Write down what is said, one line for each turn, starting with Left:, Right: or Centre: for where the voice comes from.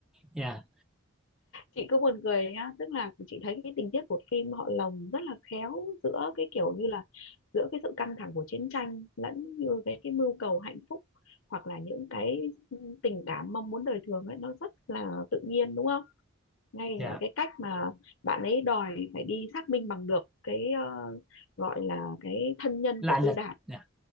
Centre: dạ
Left: chị cứ buồn cười nhá tức là chị thấy cái tình tiết của phim họ lồng rất là khéo giữa cái kiểu như là giữa cái sự căng thẳng của chiến tranh lẫn như cái cái mưu cầu hạnh phúc hoặc là những cái tình cảm mong muốn đời thường ấy nó rất là tự nhiên đúng không ngay
Centre: dạ
Left: ở cái cách mà bạn ấy đòi phải đi xác minh bằng được cái ờ, gọi là cái thân nhân
Centre: La
Left: của
Centre: Lịch
Left: Tư Đảo
Centre: dạ.